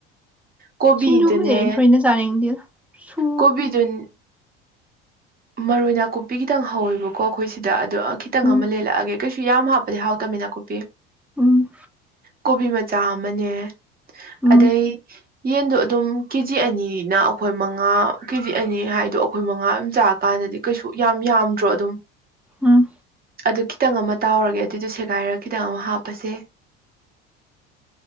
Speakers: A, on the right; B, in the centre.
A: ꯀꯣꯕꯤꯗꯨꯅꯦ
B: ꯁꯤꯡꯖꯨꯕꯨꯗꯤ ꯑꯩ ꯊꯣꯏꯅ ꯆꯥꯅꯤꯡꯗꯦꯗ ꯁꯨ
A: ꯀꯣꯕꯤꯗꯨꯟ ꯃꯔꯣꯏ ꯅꯥꯀꯨꯞꯄꯤ ꯈꯤꯇꯪ ꯍꯧꯋꯦꯕꯀꯣ ꯑꯩꯈꯣꯏ ꯁꯤꯗ ꯑꯗꯣ ꯈꯤꯇꯪ
B: ꯎꯝ
A: ꯑꯃ ꯂꯦꯜꯂꯛꯑꯒꯦ ꯀꯩꯁꯨ ꯌꯥꯝ ꯍꯥꯞꯄꯗꯤ ꯍꯥꯎꯇꯃꯤꯅꯀꯨꯞꯄꯤ
B: ꯎꯝ
A: ꯀꯣꯕꯤ ꯃꯆꯥ ꯑꯃꯅꯦ
B: ꯎꯝ
A: ꯑꯗꯩ ꯌꯦꯟꯗꯣ ꯑꯗꯨꯝ ꯀꯦꯖꯤ ꯑꯅꯤꯅ ꯑꯩꯈꯣꯏ ꯃꯉꯥ ꯀꯦꯖꯤ ꯑꯅꯤ ꯍꯥꯏꯗꯣ ꯑꯩꯈꯣꯏ ꯃꯉꯥ ꯑꯗꯨꯝ ꯆꯥ ꯀꯥꯟꯗꯗꯤ ꯀꯩꯁꯨ ꯌꯥꯝ ꯌꯥꯝꯗ꯭ꯔꯣ ꯑꯗꯨꯝ
B: ꯎꯝ
A: ꯑꯗꯨ ꯈꯤꯇꯪ ꯑꯃ ꯇꯥꯎꯔꯒꯦ ꯑꯗꯨꯏꯗꯣ ꯁꯦꯒꯥꯏꯔ ꯈꯤꯇꯪ ꯑꯃ ꯍꯥꯞꯄꯁꯦ